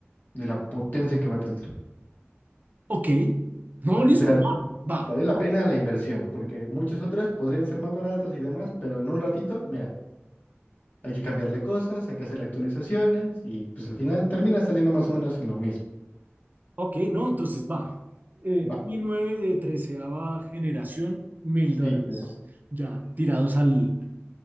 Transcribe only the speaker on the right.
Ok, no, listo,
va, va.
No,
ok, no, entonces va. Eh,
i9 de treceava generación, mil dólares,
ya tirados al,